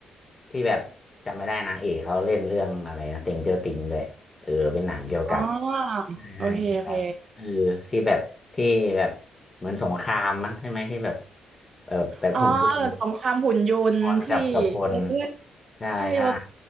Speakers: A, on the left; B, on the right.
A: ที่แบบจำไม่ได้นางเอกเขาเล่นเรื่องอะไรนะต a งเจอติงด้วยเออเป็นหนังเกี่ยวกับ
B: อ๋อ
A: ใช่ใช่เป็นแบบเออที่แบบที่แบบเหมือนสงครามมั้งใช่ไหมที่แบบ
B: โอเคโอเค
A: เออแบบหุ่นยนต์
B: อ๋อเออสงครามหุ่นยนต์ที่
A: คนกับกับคน
B: เออ
A: ใช่ใช่
B: ใช่เรา